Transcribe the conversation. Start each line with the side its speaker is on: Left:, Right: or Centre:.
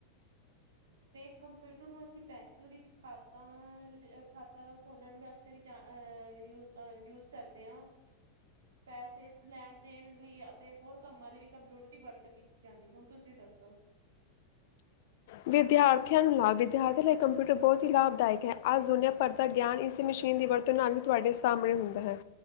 Right: । ਤੇ ਕੰਪਿਊਟਰ ਨੂੰ ਅਸੀਂ ਬੈਂਕ ਵਿੱਚ । ਖਾਤਾਂ ਖਾ । ਖਾਤਾ ਖੋਲਣ ਵਾਸਤੇ ਵੀ <unintelligible> ਯੂ ਯੂਜ ਕਰਦੇ ਹਾਂ। ਪੈਸੇ ਲੈਣ ਦੇਣ ਲਈ ਅਤੇ ਹੋਰ ਕੰਮਾਂ ਲਈ ਵੀ ਕੰਪਿਊਟਰ ਦੀ ਵਰਤੋਂ ਕੀਤੀ ਜਾਂਦੀ। ਹੁਣ ਤੁਸੀਂ ਦੱਸੋ।
Left: ਵਿਦਿਆਰਥ । ਵਿਦਿਆ ਨੂੰ ਲਾਭ ।ਵਿਦਿਆਰਥੀ ਲਈ ਕੰਪਿਊਟਰ ਬਹੁਤ । ਕੀ ਲਾਭਦਾਇਕ ਹੈ। ਅੱਜ ਦੁਨੀਆਂ ਪੜ੍ਹਦੀ । ਦਾ ਗਿਆਨ ਇਸ ਮਸ਼ੀਨ ਦੀ ਵਰਤੋਂ ਨਾਲ ਹੀ ਤੁਹਾਡੇ ਸਾਹਮਣੇ ਹੁੰਦਾ ਹੈ।